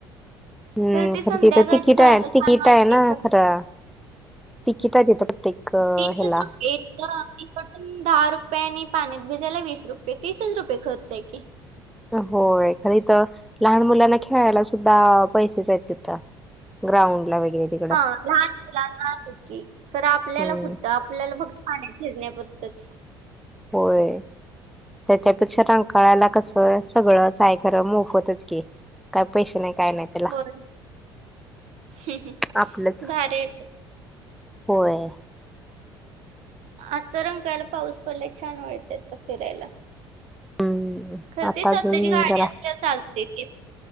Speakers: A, in the centre; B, on the right (about 60°).
A: हम्म,
B: ते संध्याकाळचं
A: खरं तिथं तिकीट
B: जायला
A: आहे
B: छान
A: तिकीट
B: वाटते
A: आहे ना खरं. तिकीट आहे तिथ प्रत्येक
B: तिसच
A: ह्याला
B: रुपये इकडून दहा रुपये आणि पाण्यात भिजायला वीस रुपये तीसच रुपये खर्च आहे की.
A: होय खर इथ लहान मुलांना खेळायला सुद्धा पैसेच आहेत तिथं. ग्राउंड ला वगैरे तिकडं
B: हा लहान मुलांना हायत की खरं आपल्याला
A: हम्म
B: कुठ आपल्याला फक्त आणि भिजण्यापुरतच.
A: होय. त्याच्यापेक्षा रंकाळ्याला कसं सगळंच आहे खरं मोफतच की. काय पैसे नाही काय नाही. त्याला
B: होय <inaudible>
A: आपलंच
B: भारी ये ते.
A: होय.
B: आता रंकाळ्याला पाऊस पडलाय छान वाटत फिरायला.
A: हम्म
B: खर
A: आता
B: ते स्वतःची
A: अजून
B: गाडी
A: जरा
B: असल्यावर चालतय की.